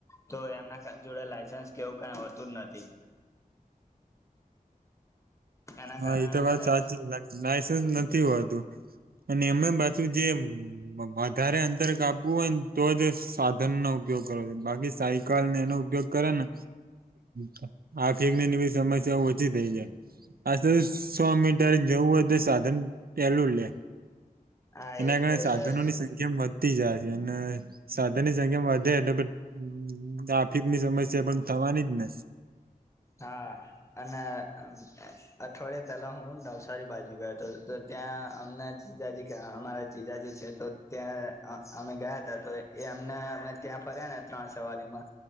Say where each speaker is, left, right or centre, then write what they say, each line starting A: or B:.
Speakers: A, on the left (about 20°); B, on the right (about 85°).
A: તો એમના જોડે લાયસન્સ કેવું કઈ હોતું જ નથી. એના
B: હા
A: કારણે
B: એ તો વાત
A: ને
B: <unintelligible> ના <unintelligible> અને એમે પાછુ જે વધારે અંતર કાપવું હોય ને તો જ સાધન નો ઉપયોગ કરવો બાકી સાયકલને એનો ઉપયોગ કરે ને તો આફિકની <unintelligible> સમસ્યા ઓછી થઈ જાય આજ તો સો મીટર જવું હોય તો સાધન પહેલું લે
A: હા
B: એના
A: એટલે
B: કારણે સાધનો
A: જ
B: ની સંખ્યામાં વધતી જાય. ને સાધન ની સંખ્યામાં વધે એટલે ટ્રાફિક ની સમસ્યા પણ થવાની જ ને.
A: હા અને અઠવાડિયા પેલા હું નવસારી બાજુ ગયો હતો. તો ત્યાં અમના જીજાજી અમારા જીજાજી છે, તો ત્યાં અમે ગયા હતા. તો એ અમને અમે ત્યાં ફર્યા ને ત્રણ સવારીમાં